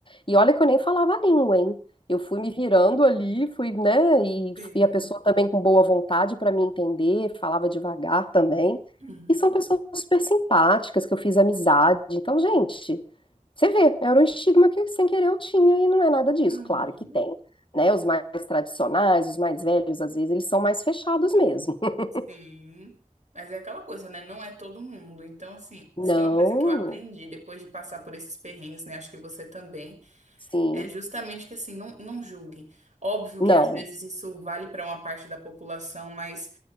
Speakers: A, on the left (about 40°); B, on the right (about 60°).
A: E olha que eu nem falava a língua, hein? Eu fui me virando ali, fui, né? E,
B: sim.
A: e a pessoa também com boa vontade para me entender, falava devagar também.
B: Uhum,
A: E são pessoas super simpáticas que eu fiz amizade. Então, gente, você vê, era um estigma que sem querer eu tinha e não é nada disso.
B: uhum.
A: Claro que tem, né? Os mais tradicionais, os mais velhos, às vezes, eles são mais fechados mesmo. <laughs>
B: Sim, mas é aquela coisa, né? Não é todo mundo. Então, assim,
A: Não,
B: se tem uma coisa que eu aprendi depois de passar por esses perrengues, né? Acho que você também,
A: sim,
B: é justamente que, assim, não, não julguem. Óbvio
A: não.
B: que às vezes isso vale para uma parte da população, mas